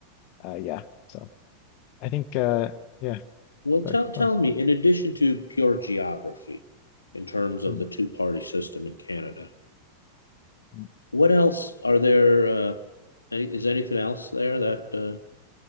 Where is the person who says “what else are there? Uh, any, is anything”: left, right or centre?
Left